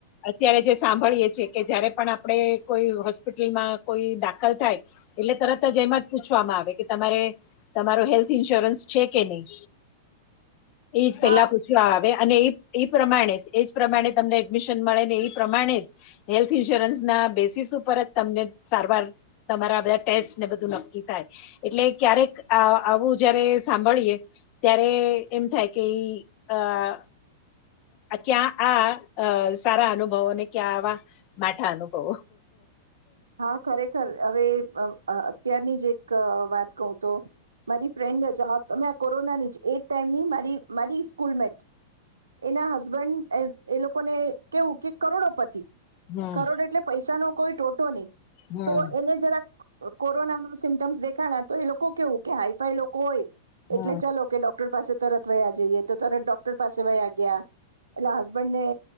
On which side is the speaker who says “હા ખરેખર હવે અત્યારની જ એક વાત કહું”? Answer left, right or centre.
Right